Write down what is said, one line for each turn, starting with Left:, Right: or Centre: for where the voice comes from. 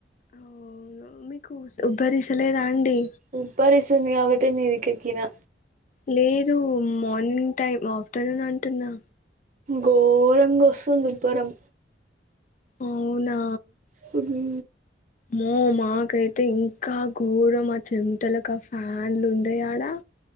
Left: అవును మీకు ఉబ్బరిస్తలేదా అండి
Right: ఉబ్బరిస్తుంది కాబట్టే మీదికెకినా
Left: లేదు మార్నింగ్ టైం ఆఫ్టర్నూన్ అంటున్నా
Right: ఘోరంగా వసుంది ఉబ్బరం
Left: అవునా
Right: కుడు
Left: మో మాకైతే ఇంకా ఘోరం ఆ చెంటలకు ఆ ఫ్యాన్లు ఉండయ్ ఆడ